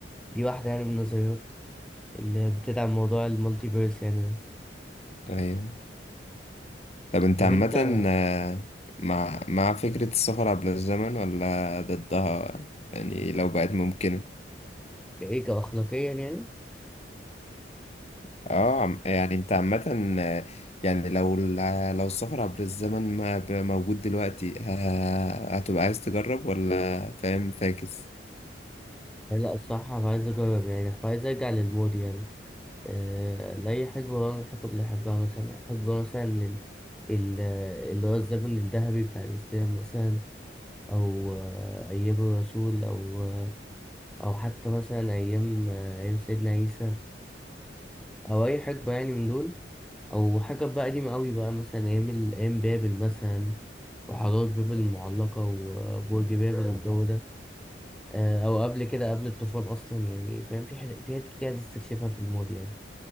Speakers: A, in the centre; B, on the left.
A: دي واحدة يعني من النظريات اللي بتدعم موضوع المالتيفيرس يعني
B: أيوه طب أنت
A: طب
B: عامة
A: أنت
B: آه، مع مع فكرة السفر عبر الزمن ولا ضدها يعني لو بقت ممكنة
A: إيه كأخلاقيا يعني؟
B: اه عم- يعني انت عامة آه، يعني لو ال- لو السفر عبر الزمن ما ب- موجود دلوقتي ه- هتبقى عايز تجرب ولا فاهم فاكس
A: لا الصراحة أنا عايز أجرب يعني عايز أرجع للمود يعني آه، لأي حقبة بقى من الحقب اللي أحبها مثلا حقبة مثلا ال- ال- اللي هو الزمن الذهبي بتاع الإسلام مثلا أو آه، أيام الرسول أو آه، أو حتى مثلا أيام آه، أيام سيدنا عيسى أو أي حقبة يعني من دول أو حاجة بقى قديمة أوي بقى مثلا أيام ال- أيام بابل مثلا وحضارة بابل المعلقة وبرج بابل والجو ده آه، أو قبل كده قبل الطوفان أصلا يعني فاهم في حاجات في حاجات كتير عايز تستكشفها في الماضي يعني